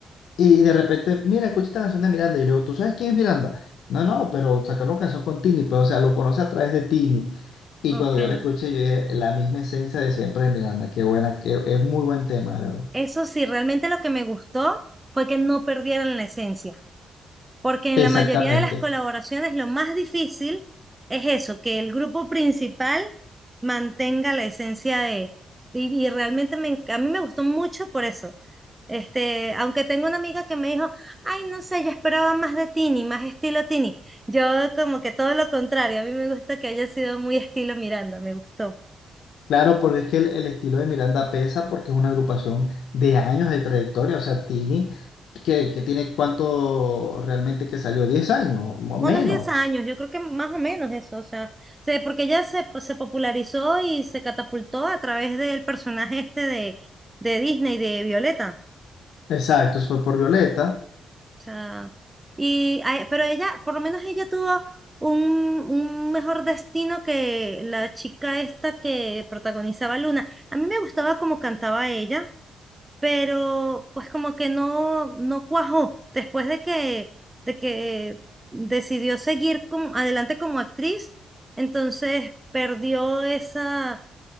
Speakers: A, on the left; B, on the right.
A: Y de repente, mira, escucha esta canción de Miranda. Y yo le digo, ¿tú sabes quién es Miranda? No, no, pero sacaron canción con Tini, pues, o sea, lo conoce a través de Tini. Y
B: Okay.
A: cuando yo la escuché, yo dije, la misma esencia de siempre de Miranda. Qué buena, que es muy buen tema, de verdad.
B: Eso sí, realmente lo que me gustó fue que no perdieran la esencia. Porque en
A: Exactamente.
B: la mayoría de las colaboraciones lo más difícil es eso, que el grupo principal mantenga la esencia de... Y, y realmente me enc- a mí me gustó mucho por eso. Este, aunque tengo una amiga que me dijo, ay, no sé, yo esperaba más de Tini, más estilo Tini. Yo como que todo lo contrario, a mí me gusta que haya sido muy estilo Miranda, me gustó.
A: Claro, porque es que el, el estilo de Miranda pesa porque es una agrupación de años de trayectoria. O sea, Tini, que, que tiene cuánto realmente que salió, 10 años, mo-
B: unos
A: menos.
B: 10 años, yo creo que más o menos eso, o sea, se- porque ella se, pues, se popularizó y se catapultó a través del personaje este de, de Disney, de Violeta,
A: Exacto, eso fue por Violeta.
B: o sea, y, a- pero ella, por lo menos ella tuvo un, un mejor destino que la chica esta que protagonizaba Luna. A mí me gustaba cómo cantaba ella, pero pues como que no, no cuajó. Después de que, de que decidió seguir como- adelante como actriz, entonces perdió esa,